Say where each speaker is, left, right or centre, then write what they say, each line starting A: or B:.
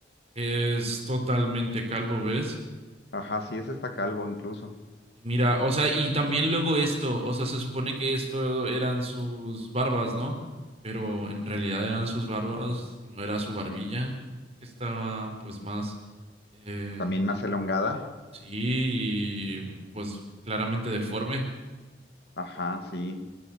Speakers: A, on the right; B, on the left.
A: Es totalmente calvo, ¿ves?
B: Ajá, sí, ese está calvo incluso.
A: Y mira, o sea, y también luego esto, o sea, se supone que esto eran sus barbas, ¿no? Pero en realidad eran sus barbas, no era su barbilla, que estaba pues más, eh,
B: También más elongada.
A: sí, y, pues claramente deforme.
B: Ajá, sí.